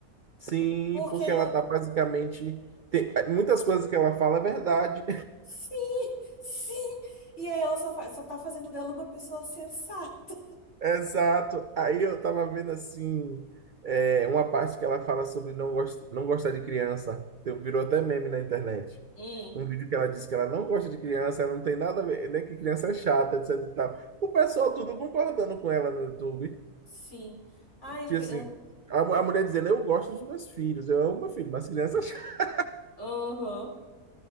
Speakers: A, on the right; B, on the left.
A: Sim,
B: Porque
A: porque
B: não.
A: ela tá basicamente. tem- muitas coisas que ela fala é verdade.
B: Sim, sim. E aí ela só, fa- só tá fazendo dela uma pessoa <laughs> sensata.
A: Exato. Aí eu tava vendo assim, é, uma parte que ela fala sobre não, gost, não gostar de criança. Tem- Virou até meme na internet.
B: Hum,
A: Um vídeo que ela disse que ela não gosta de criança, ela não tem nada a ver, né? Que criança é chata, etc e tal. O pessoal tudo concordando com ela no YouTube.
B: sim. Ai, eu.
A: Tipo
B: pe-
A: assim,
B: ah,
A: a, a mulher dizendo, eu gosto dos meus filhos, eu amo meu filho, mas criança é chata.
B: Aham.